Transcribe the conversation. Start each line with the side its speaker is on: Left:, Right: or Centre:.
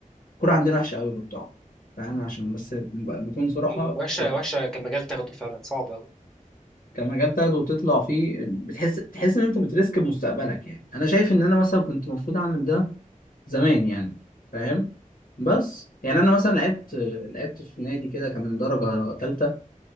Left: الكوره عندنا وحشه قوي برضه فاهم عشان بس نبقى- نكون صراحه
Centre: م- وحشة
Left: الكورة
Centre: وحشة كمجال تاخده فعلا صعب قوي
Left: كمجال تاخده وتطلع فيه بتحس تحس ان انت بتريسك بمستقبلك يعني انا شايف ان انا مثلا كنت المفروض اعمل ده زمان يعني فاهم بس يعني انا مثلا لعبت لعبت في نادي كده كان من درجه ثالثه